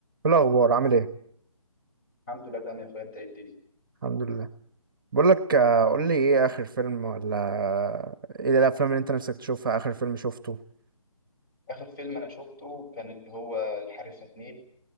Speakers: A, on the right; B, on the left.
A: إيه الأخبار عامل إيه؟
B: الحمد لله تمام يا اخويا انت ايه الدنيا
A: الحمد لله بقول لك آه، قول لي إيه آخر فيلم ولا إيه الأفلام اللي أنت نفسك تشوفها آخر فيلم شفته؟
B: اخر فيلم انا شفته كان اللي هو الحريفه اتنين